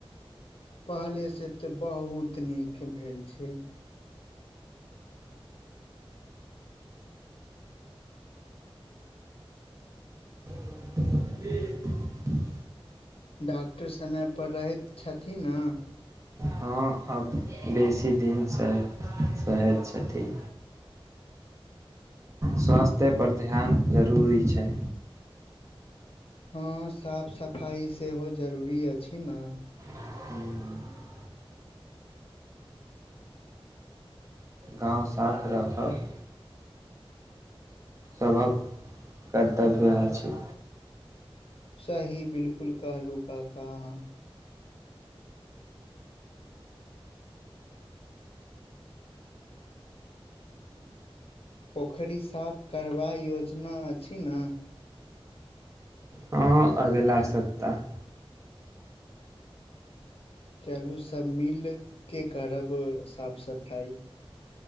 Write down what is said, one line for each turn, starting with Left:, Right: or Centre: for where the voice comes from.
Left: पहले से तऽ बहुत नीक भेल छै
Right: <unintelligible>
Left: डॉक्टर समयपर रहैत छथिन ने
Right: हँ आब बेसी दिन सह सहैत छथि
Left: <inaudible>
Right: स्वास्थ्यपर ध्यान जरूरी छै
Left: हँ साफ सफाइ सेहो जरूरी अछि ने
Right: अब आइ हो गाँव साफ राखब सभक कर्तव्य अछि
Left: सही बिलकुल कहलू का कहाँ पोखरि साफ करबा योजना अछि ने
Right: हँ अगिला सप्ताह
Left: चलू सभ मिलके करब साफ सफाइ